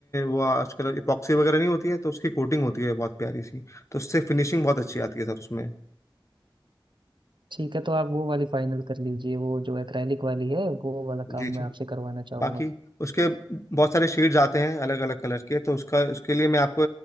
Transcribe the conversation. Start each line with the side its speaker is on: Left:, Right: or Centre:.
Left: वो आजकल इपॉक्सी वगैरह नहीं होती है तो उसकी कोटिंग होती है बहुत प्यारी सी तो उससे फिनिशिंग बहुत अच्छी आती है सर उसमें
Right: ठीक है तो आप वो वाली फाइनल कर लीजिए वो जो एक्रेलिक वाली है वो वाला काम
Left: जी जी
Right: मैं आपसे करवाना चाहूंगा
Left: बाकी उसके बहुत सारे शेड्स आते हैं अलग अलग कलर के तो उसका उसके लिए मैं आपको